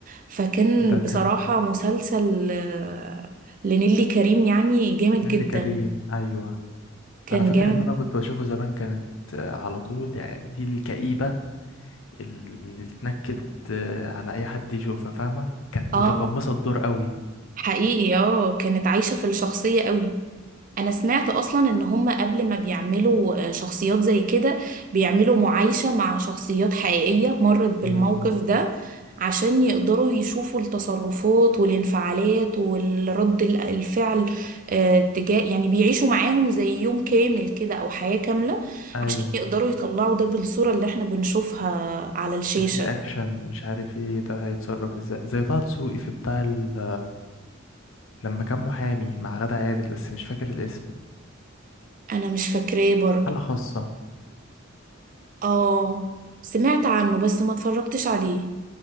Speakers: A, on the right (about 40°); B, on the left (about 75°).
A: فكان
B: ده كان
A: بصراحة مسلسل آه، لنيلي كريم يعني جامد
B: نيللي
A: جدا
B: كريم ايوه
A: كان
B: انا فاكر
A: جامد
B: ان انا كنت بشوفه زمان كانت آه، على طول يعني دي الكئيبة اللي اتنكدت آه، على اي حد يشوفها فاهمة كانت
A: اه
B: متقمصة الدور قوي
A: حقيقي اه كانت عايشة في الشخصية قوي انا سمعت اصلا ان هم قبل ما بيعملوا آه، شخصيات زي كده بيعملوا معايشة مع شخصيات حقيقية مرت بالموقف
B: مم.
A: ده عشان يقدروا يشوفوا التصرفات والانفعالات والرد ال- الفعل آه، تجاه يعني بيعيشوا معاهم زي يوم كامل كده او حياة كاملة
B: ايوه
A: عشان يقدروا يطلعوا ده بالصورة اللي احنا بنشوفها على الشاشة
B: الرياكشن مش عارف ايه ده هيتصرف ازاي زي طه دسوقي في بتاع ال... لما كان محامي مع غادة عادل بس مش فاكر الاسم
A: انا مش فاكراه برضو
B: حالة خاصة
A: اه سمعت عنه بس ما اتفرجتش عليه